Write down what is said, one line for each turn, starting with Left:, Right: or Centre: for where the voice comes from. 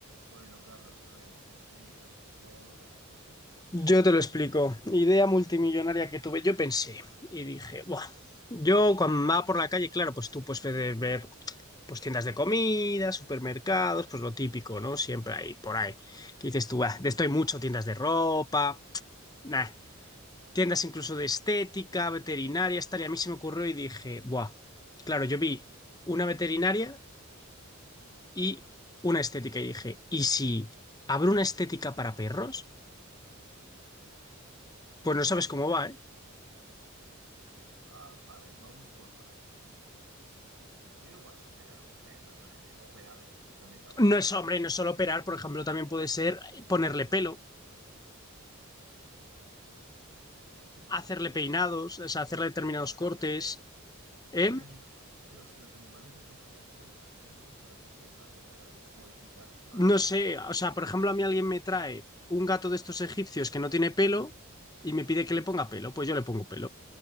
Right: Bueno, Carlos, a ver, explícame, ¿cómo te has hecho rico?
Left: Yo te lo explico. Idea multimillonaria que tuve. Yo pensé y dije, Buah. Yo cuando va por la calle, claro, pues tú pues, puedes ver, ver, pues tiendas de comida, supermercados, pues lo típico, ¿no? Siempre hay por ahí. Que dices tú, ah, de esto hay mucho, tiendas de ropa, nah, tiendas incluso de estética, veterinaria, tal. Y a mí se me ocurrió y dije, Buah. Claro, yo vi una veterinaria y una estética y dije, ¿y si abro una estética para perros?
Right: ¿Pero qué?
Left: Pues
Right: ¿Qué?
Left: no sabes cómo va, ¿eh?
Right: Ah, vale, vamos por partes. ¿Por qué no vas a operar un perro? O sea, eh, operar estéticamente hablando.
Left: No es hombre, no es solo operar, por ejemplo, también puede ser ponerle pelo,
Right: Ah, pero qué,
Left: hacerle
Right: qué-
Left: peinados, o sea, hacerle
Right: ¿Pero
Left: determinados
Right: qué animal
Left: cortes.
Right: quiere pene? Pero
Left: ¿eh?
Right: si, anim- pero si los animales de por sí ya son así, pues ¿para qué quieres hacerle algo, modificar algo
Left: No sé,
Right: de ello?
Left: o sea, por ejemplo, a mí alguien me trae un gato de estos egipcios que no tiene pelo y me pide que le ponga pelo, pues yo le pongo pelo.